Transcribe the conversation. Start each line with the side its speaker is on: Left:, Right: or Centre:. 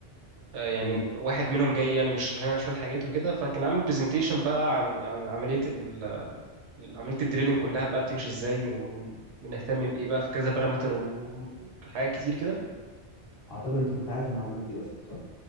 Right: آه، يعني
Left: جميل
Right: واحد منهم جاي يعني بيشرح لنا شويه حاجات وكده فكان عامل برزنتيشن بقى عن عن عمليه ال... عمليه الدريلينج كلها بقى بتمشي ازاي وبنهتم بايه بقى في كذا بارامتر وحاجات كتير كده
Left: اعتقد انت كنت عارف المعلومات دي اصلا صح